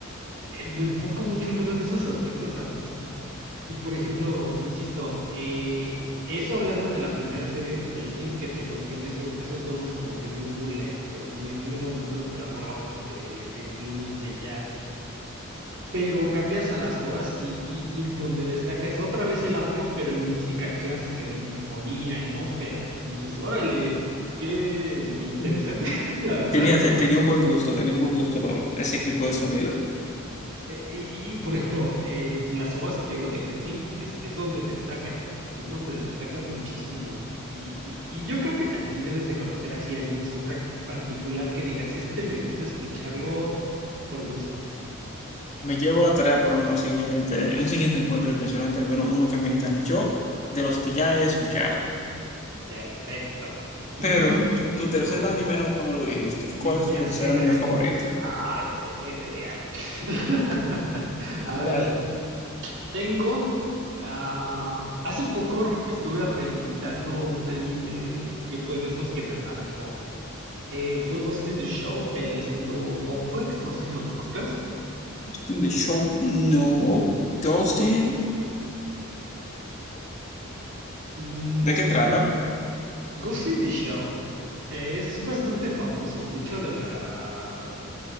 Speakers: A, on the right (about 55°); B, on the left (about 30°).
A: eh, me enfoco mucho luego en esos aspectos artísticos. Y por ejemplo, insisto, eh, eso hablando de la primera serie de Hellsing, que te digo, tiene esos, esos tonos como que muy burlescos, muy, muy bonitos de rock, de, de blues, de jazz. Pero cambias a las ovas y, y, y donde destaca es otra vez el audio, pero en música clásica, en sinfonía, en ópera. Y dices, órale, qué interesante,
B: <laughs>
A: <laughs> la verdad,
B: Tenía,
A: ¿no?
B: te- tenía un buen gusto, tenía un buen gusto lo- ese equipo de sonido.
A: E- Y, y, por ejemplo, eh, las ovas que te digo de Helsinki es, es donde destaca, es donde destaca muchísimo. Y, y- y yo creo que también debes de conocer así algún soundtrack particular que digas, este me gusta escucharlo por gusto.
B: Me llevo la tarea para una siguiente, un siguiente encuentro y mencionarte al menos uno que me enganchó de los que ya he escuchado.
A: Perfecto. Y,
B: Pero tu, tu tercer
A: ah,
B: anime nunca me lo dijiste.
A: mi
B: ¿Cuál
A: tercer
B: es tu tercer anime
A: anime.
B: favorito?
A: Ay, no tengo idea. <laughs> A ver,
B: La de-
A: tengo. ah, hace poco r- estuve revisitando un anime que fue de esos que me marcó. Eh, fue Ghost in the Shell, el Standalone Complex, no sé si lo conozcas.
B: The Show No. Ghosting.
A: Ghost, mm,
B: ¿De qué trata?
A: Ghost in the Shell eh, es bastante famoso, mucho de las